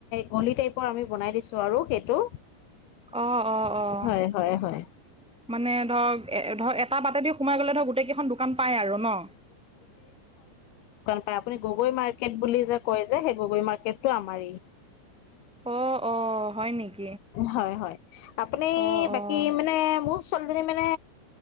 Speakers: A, on the left; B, in the centre.
A: গলি টাইপ আমি বনাই দিছোঁ আৰু সেইটো
B: অৱ অৱ অৱ
A: হয় হয় হয়
B: মানে ধৰক এ ধৰ এটা বাটেদি সোমাই গলে ধৰ গোটেই কেইখন দোকান পায় আৰু ন।
A: হয় আপুনি গগৈ মাৰ্কেট বুলি যে কয় যে, সেই গগৈ মাৰ্কেটটো আমাৰেই
B: অ অ হয় নেকি।
A: হয় হয় আপুনি
B: অ',
A: বাকী মানে মোৰ ছোৱালীজনী মানে